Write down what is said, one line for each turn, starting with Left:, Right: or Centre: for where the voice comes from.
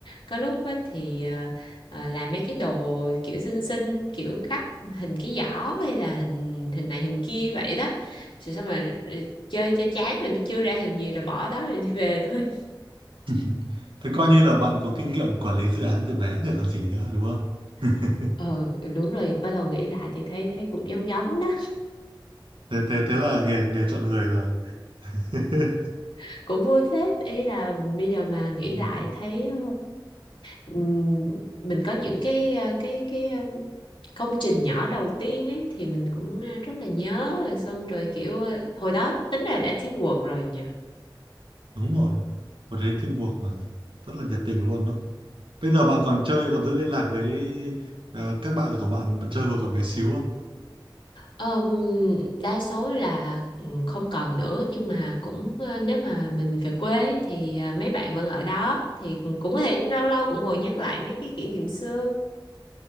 Left: có lúc á thì ờ, ờ, làm mấy cái đồ kiểu xinh xinh kiểu gấp hình cái giỏ hay là hình hình này hình kia vậy đó rồi xong mà chơi cho chán rồi nó chưa ra hình gì rồi bỏ đó rồi đi về thôi
Right: <laughs> thế coi như là bạn có kinh nghiệm quản lý dự án từ bé rồi còn gì nữa đúng không <laughs>
Left: <laughs> ờ đúng rồi bắt đầu nghĩ lại thì thấy thấy cũng giống giống đó
Right: thế thế thế là nghề nghề chọn người rồi <laughs>
Left: <laughs> cũng vui phết ý là bây giờ mà nghĩ
Right: Ừ.
Left: lại thấy ờ, ừm, mình có những cái ờ, cái cái ờ, công trình nhỏ đầu tiên ấy thì mình cũng ờ, rất là nhớ rồi xong rồi kiểu ờ, hồi đó tính là đã thiên quật rồi nhỉ
Right: đúng rồi một thế teamwork mà rất là nhiệt tình luôn đó bây giờ bạn còn chơi còn giữ liên lạc với ờ, các bạn của bạn bạn chơi hồi còn bé xíu
Left: Ờm, đa số là ừ, không còn nữa nhưng mà cũng ờ, nếu mà mình về quê ấy, thì ờ, mấy bạn vẫn ở đó thì cũng có thể lâu lâu cũng ngồi nhắc lại mấy cái kỷ niệm xưa